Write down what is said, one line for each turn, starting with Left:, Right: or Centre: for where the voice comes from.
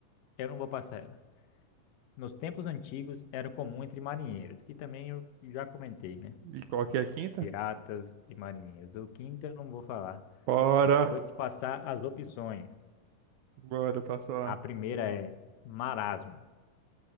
Left: eu não vou passar ela. Nos tempos antigos era comum entre marinheiros, que também eu já comentei, né?
Right: E qual que é a quinta?
Left: Piratas e marinheiros. O quinto eu não vou falar.
Right: Bora!
Left: Vou te passar as opções.
Right: Bora, passa lá.
Left: A primeira é marasmo.